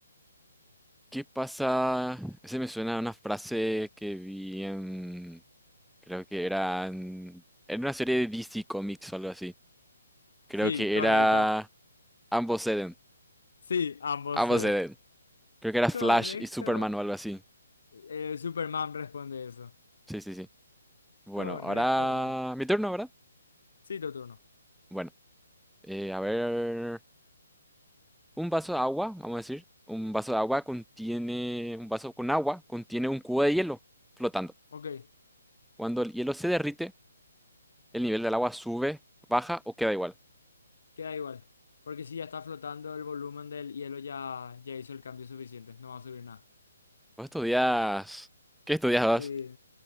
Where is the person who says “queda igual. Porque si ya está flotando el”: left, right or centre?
Left